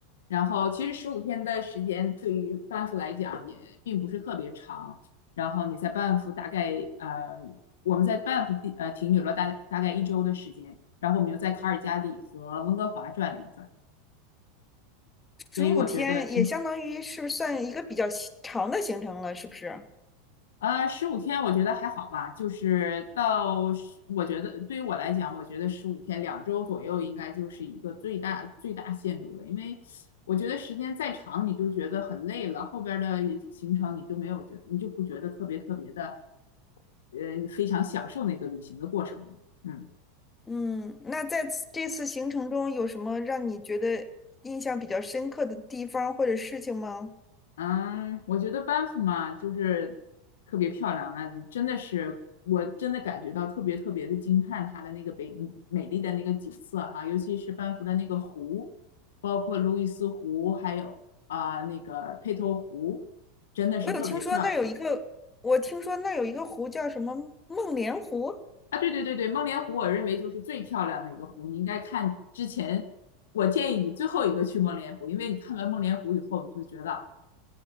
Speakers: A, on the left; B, on the left.
A: 然后其实十五天的时间对于班夫来讲也并不是特别长。然后你在班夫大概呃，我们在班夫地呃停留了大大概一周的时间，然后我们又在卡尔加里和温哥华转了一转，
B: 十五天也相当于是不算一个比较西长的行程了，
A: 所以我觉得挺好。
B: 是不是？
A: 呃，十五天我觉得还好吧，就是到十，我觉得对于我来讲，我觉得十五天两周左右应该就是一个最大最大限度了，因为我觉得时间再长你就觉得很累了，后边儿的行程你就没有觉，你就不觉得特别特别的，呃，非常享受那个旅行的过程了嗯。
B: 嗯，那在此这次行程中有什么让你觉得印象比较深刻的地方或者事情吗？
A: 嗯，我觉得班夫嘛，就是特别漂亮啊，真的是，我真的感觉到特别特别的惊叹它的那个美嗯美丽的那个景色哈，尤其是班夫的那个湖，包括路易斯湖，还有啊、那个佩托湖，真的是特别漂亮
B: 我有听说那儿有一个，我听说那儿有一个湖叫什么梦莲湖，
A: 啊！对对对对，梦莲湖我认为就是最漂亮的一个湖，你应该看之前，我建议你最后一个去梦莲湖，因为你看完梦莲湖以后，你就觉得。